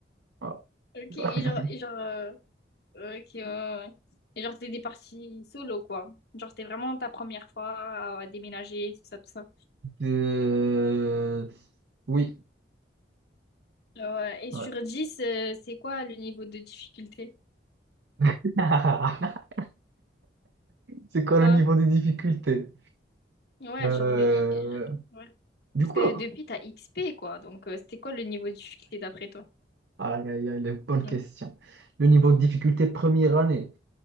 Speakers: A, on the right; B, on the left.
A: voilà,
B: Ok,
A: c'est ça.
B: et genre,
A: <laughs>
B: et genre, euh, ok, ouais, ouais. Et genre, t'es des parties solo, quoi. Genre, c'était vraiment ta première fois à, à déménager, tout ça, tout ça.
A: Euh, Oui.
B: Ouais, et
A: Ouais.
B: sur 10, euh, c'est quoi le niveau de difficulté?
A: <laughs> C'est quoi
B: Ouais,
A: le niveau des difficultés?
B: ouais,
A: Euh,
B: genre le I. euh, je- Ouais.
A: Du
B: Parce
A: coup,
B: que
A: là,
B: depuis, t'as XP, quoi. Donc, euh, c'était quoi le niveau de difficulté d'après toi?
A: aïe, aïe, aïe, les bonnes
B: Hmm.
A: questions. Le niveau de difficulté première année,